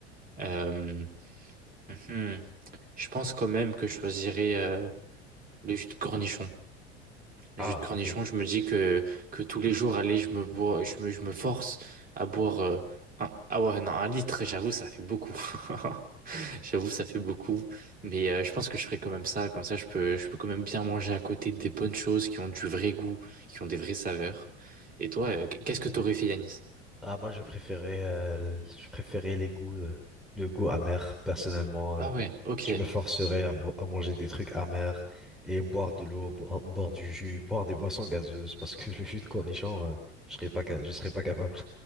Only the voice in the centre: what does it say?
Ah,
ok.
Ah, moi, je préférais, euh, je préférais les goûts, euh, le goût amer, personnellement.
euh,
je me forcerais à, bo- à manger des trucs amers et boire de l'eau, bo- boire du jus, boire des boissons gazeuses, parce que <laughs> le jus de cornichon, euh, je serais pas, ca- je serais pas capable.